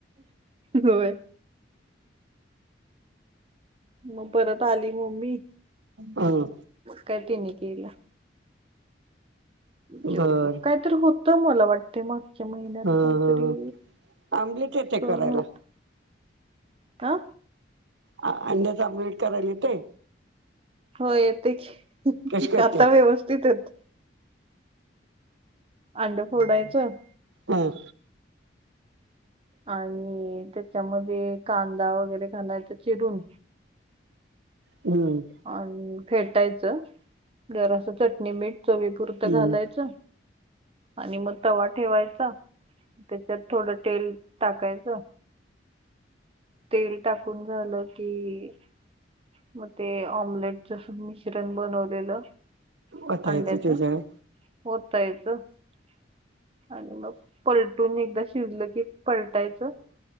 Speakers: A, on the right; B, on the right.
A: होय. मग परत आली मम्मी
B: हम्म.
A: करते मी तीला. जेवलो,
B: बर
A: काय तर होतं मला वाटत. ते मागच्या महिन्यात
B: ह ह
A: काहीतरी
B: ह आमलेट येते
A: सन
B: करायला.
A: होत आ.
B: अंड्याचा आमलेट करायला येते.
A: हो येते की,
B: कशी करते?
A: कर्ता व्यवस्थित येत. अंड फोडायचं
B: हम्म.
A: आणि त्याच्यामध्ये कांदा वगैरे घालायचा चिरून
B: हम्म.
A: आणि फेटायचं जरसं चटणी मीठ चवी पुर्त घालायच.
B: हम्म
A: आणि मग तवा ठेवायचा त्याच्यात थोडं तेल टाकायचं. तेल टाकून झालं की मग ते ऑमलेट जस मिश्रण बनवलेलं
B: वतायचं
A: अंड्याच
B: त्याच्यावर
A: ओतायच आणि मग पलटून एकदा शिजलं की पलटायचं.